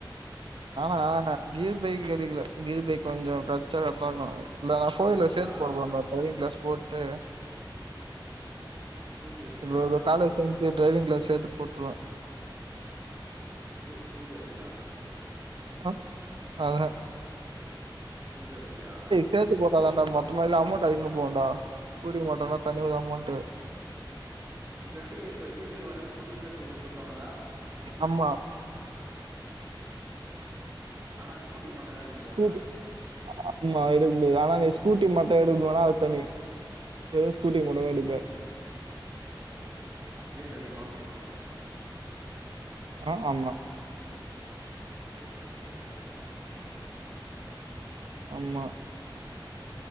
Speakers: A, on the right; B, on the right.
A: நானா ஆ ஆ கீர்பைக் எடுக்கல கீர்பைக் கொஞ்சோ பிரச்சன எத்தன்னா இந்தா நா
B: ஸ்கூட்டி
A: போயர்ல
B: எத்துட்டியா
A: சேத் போட போற நா ட்ரைவிங் கிளாஸ் போட்டு
B: ஸ்கூட்டி எத்துட்டியா
A: இப்ப ஒரு காலேஜ் <inaudible> ட்டு ட்ரைவிங் கிளாஸ் சேத்து போட்ருவே
B: கூ ஸ்கூட்டி எடுத்துட்டியா
A: ஆ அவக
B: ஸ்கூட்டி எடுக்கலயா
A: சேத்து போட்டாதான்டா மொத்தமா இல்ல அமௌண்ட்டு அதிகமா போவுன்டா ஸ்கூட்டிக் மட்டுனா தனி ஒரு அமௌண்ட்
B: இப்ப எப்டி இப்ப கீர் பைக் ஓட்னா ஸ்கூட்டிக் சேத்து கு குத்துருவாங்கல்ல
A: ஆமா
B: ஆனா ஸ்கூட்டி மட்டுல்லா எடுக்க முடியாதுல்ல
A: ஸ்கூட்டி ஆமா எடுக்க முடியாது ஆனா அங்க ஸ்கூட்டிக் மட்டு எடுதோனா அது தனி வெறு ஸ்கூட்டிக் மட்டு தா எடுப்ப
B: ஓ கீரு பைக்ல போனா புடிப்பாங்கோ
A: ஆ ஆமா
B: ஓ அதா கதையா
A: ஆமா